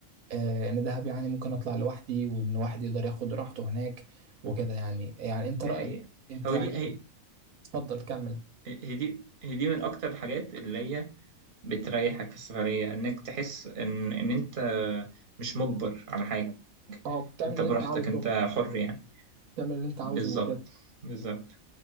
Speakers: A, on the right; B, on the right.
A: آه، ان دهب يعني ممكن اطلع لوحدي وان واحد يقدر ياخد راحته هناك وكده يعني يعني انت
B: دي
A: رايك
B: حقيقه
A: انت
B: هو
A: يعني
B: دي هي
A: اتفضل كمل
B: هي دي هي دي من اكتر الحاجات اللي هي بتريحك في السفريه انك تحس ان ان انت مش مجبر على حاجه
A: اه بتعمل
B: انت
A: اللي
B: براحتك
A: انت عاوزه
B: انت حر يعني
A: بتعمل اللي انت عاوزه
B: بالظبط
A: وكده
B: بالظبط